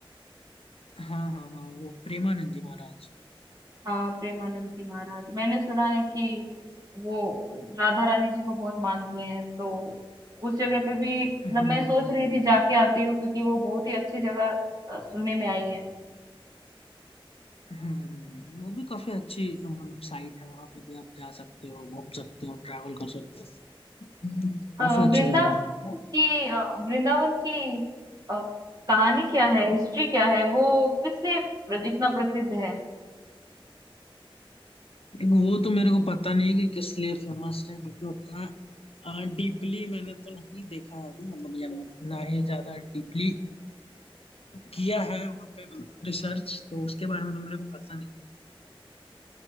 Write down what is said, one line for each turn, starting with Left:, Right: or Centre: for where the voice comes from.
Left: हाँ हाँ हाँ वो प्रेमानंद जी महाराज
Right: हाँ प्रेमानंद जी महाराज मैंने सुना है कि वो राधा रानी जी को बहुत मानते हैं तो उस जगह पे भी मतलब
Left: हम्म हम्म
Right: मैं सोच रही
Left: हम्म,
Right: थी जाके
Left: हम्म।
Right: आती हूँ क्योंकि वो बहुत ही अच्छी जगह अ, सुनने में आई है
Left: हम्म हम्म, वो भी काफी अच्छी मतलब साइट है वहां पे भी आप जा सकते हो घूम सकते हो ट्रैवल कर सकते हो हम्म।
Right: अ,
Left: काफी अच्छा
Right: वृंदावन
Left: जगह है
Right: की अ, वृंदावन की अ, कहानी क्या है हिस्ट्री क्या है वो किस लिए प्र- इतना प्रसिद्ध है
Left: एक वो तो मेरे को पता नहीं कि किस लिए फेमस है क्योंकि उतना डीपली मैंने तो नहीं देखा है अभी मतलब या मतलब ना ही ज्यादा डीपली किया है वहाँ पे मतलब रिसर्च तो उसके बारे में तो मेरे को पता नहीं